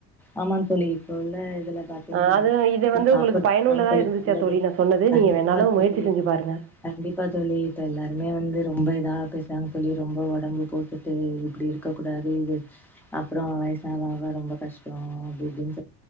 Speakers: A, in the centre; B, on the right.
A: ஆமா தோழி இப்ப உள்ள இதுல பாத்தீங்ன்னா
B: ஆ அது இது
A: <inaudible>
B: வந்து
A: சாப்புட்ற
B: உங்களுக்கு பயனுள்ளதா
A: தான் தோழி
B: இருந்துச்சா
A: நல்லது
B: தோழி நான் சொன்னது
A: கண்ப்பா
B: நீங்க வேணாலும்
A: தோழி
B: முயற்சி செஞ்சு பாருங்க
A: கண்டிப்பா தோழி இப்ப எல்லாருமே வந்து ரொம்ப ரா அப்பி சாப் சொல்லி ரொம்ப ஒடம்பு போட்டுட்டு இப்டி இருக்க கூடா <unintelligible> வெச் அப்றோ வயசாவ ஆவ ரொம்ப கஷ்டோ அப்டி இப்டின்